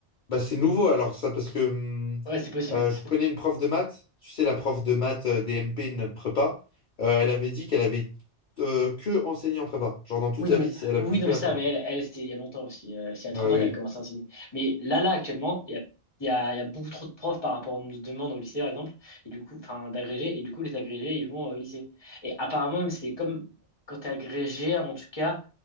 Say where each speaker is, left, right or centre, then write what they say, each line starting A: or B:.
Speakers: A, on the left; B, on the left.
A: Bah, c'est nouveau alors ça parce que hum,
B: Ouais, c'est possible.
A: euh, je connais une prof de maths, tu sais la prof de maths euh, des MP de notre prépa, euh, elle avait dit qu'elle avait euh, que enseigné en prépa, genre dans toute
B: Oui,
A: sa
B: non, mais,
A: vie c'est- elle avait
B: oui,
A: fait
B: non,
A: que
B: mais
A: la
B: ça,
A: prépa.
B: mais elle, elle c'était il y a longtemps aussi. Euh, c'est à 30
A: Ouais,
B: ans qu'elle
A: oui.
B: a commencé à enseigner. Mais là, là, actuellement, il y a, il y a, il y a beaucoup trop de profs par rapport aux demandes au lycée, par exemple, et du coup, enfin, d'agrégés, et du coup, les agrégés, ils vont euh, au lycée. Et apparemment, même, c'est comme quand t'es agrégé, en tout cas,